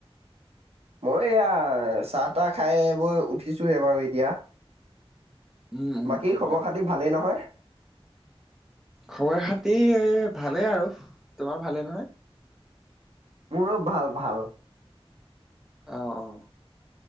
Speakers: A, on the right; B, in the centre.
A: মই এয়া চাহ তাহ খাই বৈ উঠিছোহে বাৰু এতিয়া।
B: উম উম
A: বাকী
B: হয়।
A: খবৰ খাতি ভালেই নহয়?
B: খবৰ খাতি এ ভালে আৰু। তোমাৰ ভালে নহয়?
A: মোৰো ভাল ভাল।
B: অ অ।